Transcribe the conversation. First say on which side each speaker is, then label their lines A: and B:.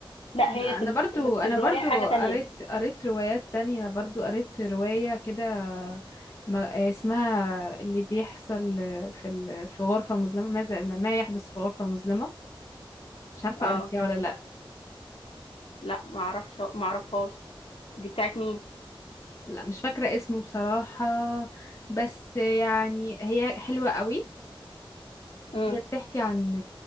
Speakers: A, on the left; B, on the left.
A: لا هي
B: انا
A: في ال...
B: برضو انا
A: في الروايه
B: برضو
A: حاجه تانية
B: قريت قريت روايات تانية برضو قريت رواية كده ما- اسمها اللي بيحصل في ال... في غرفة مظلمة ماذا ما يحدث في غرفة مظلمة مش عارفة
A: اه
B: قريتيها ولا لا
A: لا ما اعرفش ما اعرفهاش دي بتاعت مين
B: لا مش فاكرة اسمه بصراحة بس يعني هي حلوة قوي
A: امم
B: هي بتحكي عن